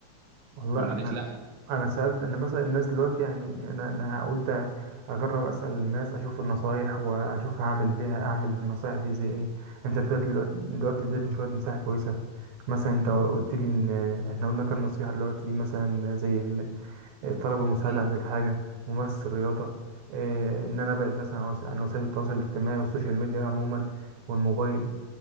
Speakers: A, on the right; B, on the right.
A: والله
B: ولا
A: انا
B: لقيت لها حل
A: انا سالت انا مثلا الناس دلوقتي يعني انا انا قلت اجرب اسال الناس اشوف النصايح واشوف هعمل بيها اعمل بالنصايح دي زي ايه انت دلوقتي دلوقتي اديتني شويه نصايح كويسه مثلا انت قلت لي ان احنا قلنا كام نصيحه دلوقتي مثلا زي ال- طلبوا المساعدة
B: ايه
A: عند الحاجة ممارسة الرياضة آه، إن أنا أبعد مثلا عن وس- عن وسائل التواصل الاجتماعي والسوشيال ميديا عموما والموبايل